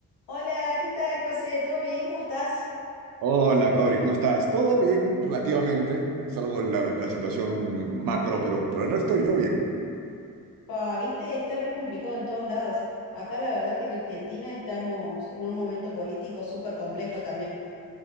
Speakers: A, on the left; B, on the right.
A: Hola, ¿qué tal, José? ¿Todo bien? ¿Cómo estás?
B: Hola, Cori, ¿cómo estás? Todo bien, relativamente, salvo la, la situación macro, pero por el resto yo bien.
A: Pa, viste, está re complicado en todos lados. Acá la verdad que en Argentina estamos en un momento político súper complejo también.